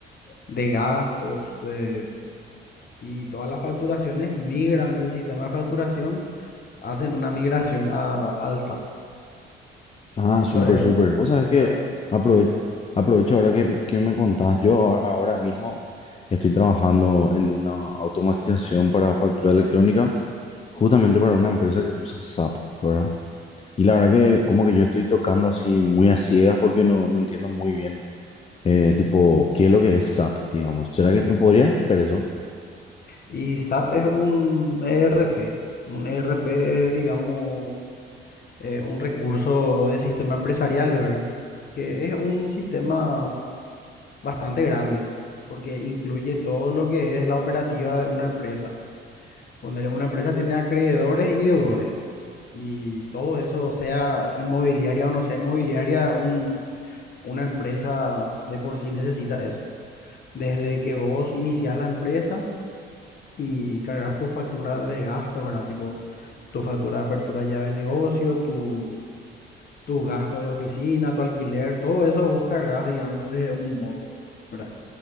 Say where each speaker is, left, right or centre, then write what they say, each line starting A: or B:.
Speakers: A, on the left; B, on the left.
A: de gastos de- y todas las facturaciones migran del sistema de facturación, hacen una migración a- al SAP.
B: Ah,
A: Eso
B: súper,
A: es,
B: súper. Vos sabés
A: eso
B: que
A: es.
B: aprove- aprovecho ahora que, que me contás. Yo ahora, ahora mismo estoy trabajando en una automatización para factura electrónica, justamente para una empresa que usa SAP, ¿verdad? Y la verdad que como que yo estoy tocando así muy a ciegas porque no, no entiendo muy bien, eh, tipo, qué es lo que es SAP, digamos. ¿Será que me podrías explicar eso?
A: Y SAP es un ERP. Un ERP es, digamos, eh, un recurso de sistema empresarial, ¿verdad? Que es un sistema bastante grande, porque incluye todo lo que es la operativa de una empresa. Ponele, una empresa tiene acreedores y deudores. Y todo eso, sea inmobiliaria o no sea inmobiliaria, un- una empresa de por sí necesita eso. Desde que vos iniciás la empresa y cargas tu factura de gastos, ¿verdad? Tipo, tu factura de apertura llave de negocio, tu, tus gastos de oficina, tu alquiler, todo eso vos cargas, digamos, desde un módulo, ¿verdad?